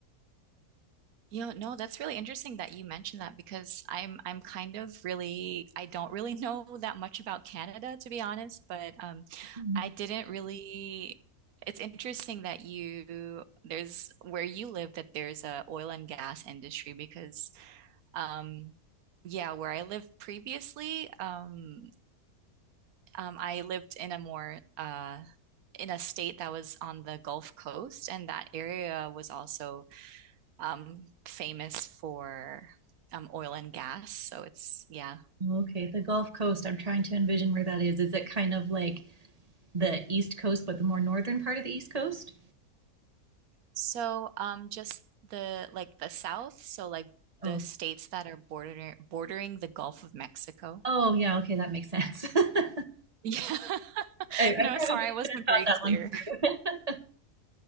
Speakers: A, on the right; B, on the right.
A: You know, no, that's really interesting that you mentioned that because I'm I'm kind of really I don't really <laughs> know that much about Canada to be honest, but um
B: Mm.
A: I didn't really it's interesting that you there's where you live that there's a oil and gas industry because um yeah, where I lived previously, um Um, I lived in a more uh, in a state that was on the Gulf Coast, and that area was also um, famous for um, oil and gas. So it's yeah.
B: Okay, the Gulf Coast, I'm trying to envision where that is. Is it kind of like the East Coast, but the more northern part of the East Coast?
A: So um, just the like the South, so like
B: Oh,
A: the states that are border bordering the Gulf of Mexico.
B: Oh, yeah, okay, that makes sense. <laughs> I,
A: <laughs> Yeah.
B: I
A: No,
B: probably
A: sorry, I wasn't
B: could have thought
A: very
B: that
A: clear.
B: one through. <laughs>